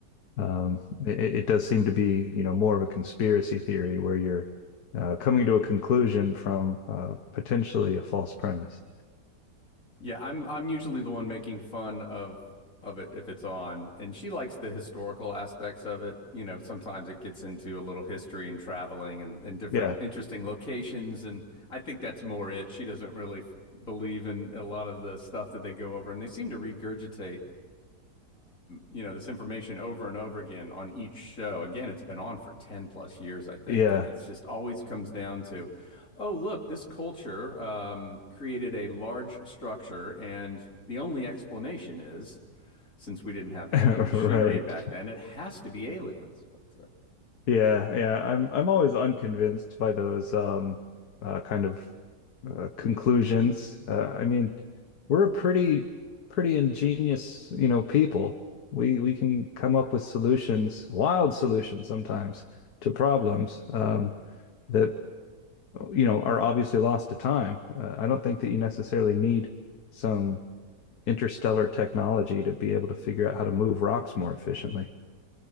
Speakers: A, on the left; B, on the left.
A: Um, it, it does seem to be, you know, more of a conspiracy theory where you're uh, coming to a conclusion from uh, potentially a false premise.
B: Yeah, I'm I'm usually the one making fun of of it if it's on. And she likes the historical aspects of it. You know, sometimes it gets into a little history and traveling and, and different
A: Yeah.
B: interesting locations. And I think that's more it. She doesn't really f- believe in a lot of the stuff that they go over, and they seem to regurgitate you know, this information over and over again on each show. Again, it's been on for 10 plus years, I think.
A: Yeah.
B: And it's just always comes down to, oh, look, this culture um, created a large structure. And the only explanation is, since we didn't have heavy
A: <laughs>
B: machinery
A: Right.
B: back then, it has to be aliens. But uh,
A: Yeah. Yeah. I'm I'm always unconvinced by those um uh kind of uh conclusions. Uh I mean, we're a pretty pretty ingenious, you know, people. We we can come up with solutions, wild solutions sometimes to problems um that you know are obviously lost to time. Uh, I don't think that you necessarily need some interstellar technology to be able to figure out how to move rocks more efficiently.